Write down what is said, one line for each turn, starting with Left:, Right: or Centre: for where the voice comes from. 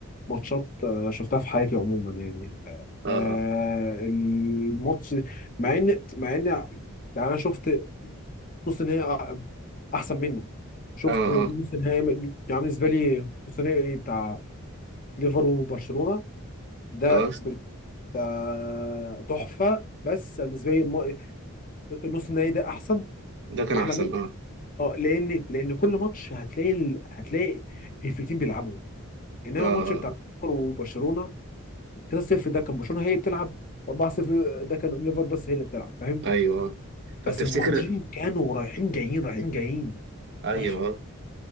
Left: ماتشات آه، شفتها في حياتي عموما يعني آه
Right: اه
Left: آه، الماتش مع ان مع ان يعني انا شفت نص نهائي أ- احسن منه شفت
Right: اه
Left: نص
Right: اه
Left: نهائي م- يعني بالنسبه لي نص نهائي بتاع ليفر وبرشلونه ده
Right: اه
Left: بجد، آه، تحفه بس بالنسبه لي الم- النص النهائي ده احسن
Right: ده كان
Left: احلى
Right: أحسن اه
Left: اه لان لان كل ماتش هتلاقي ال... هتلاقي الفريقين بيلعبوا انما
Right: اه آه.
Left: الماتش بتاع ليفر وبرشلونه 3-0 ده كان برشلونه هي اللي بتلعب 4-0 ده كان ليفر بس هي اللي بتلعب فاهم
Right: آه. أيوه طب
Left: بس
Right: تفتكر
Left: الماتشين كانوا رايحين جايين رايحين جايين
Right: ايوه
Left: تحفه